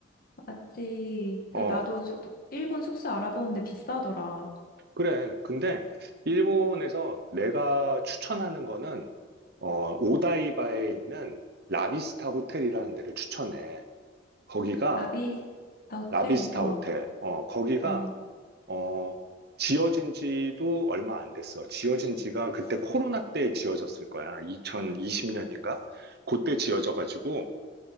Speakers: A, on the left (about 50°); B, on the right (about 55°).
A: 맞지.
B: 어,
A: 그 나도 소- 도- 일본 숙소 알아보는데 비싸더라.
B: 그래. 근데 일본에서 내가 추천하는 거는 어, 오다이바에 있는 라비스타 호텔이라는 데를 추천해. 거기가
A: 라비스 호텔.
B: 라비스타
A: 어.
B: 호텔. 어, 거기가
A: 어.
B: 어, 지어진 지도 얼마 안 됐어. 지어진 지가 그때 코로나 때 지어졌을 거야. 2020년인가? 그때 지어져가지고,